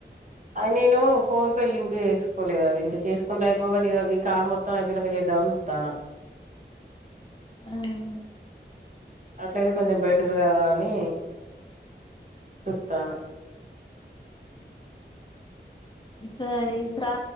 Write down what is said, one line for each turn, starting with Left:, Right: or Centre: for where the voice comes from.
Right: అ నేను ఫోన్ పే లింక్ వేసుకోలేదు అది ఇంక చేసుకుండా అయిపోవని ఈ కాల్ మొత్తం నిదానం గా చేద్దాం
Left: ఆహా
Right: అట్లయితే కొంచెం బెటర్ కదా అని చెప్తాను
Left: ఇప్పు శ్రా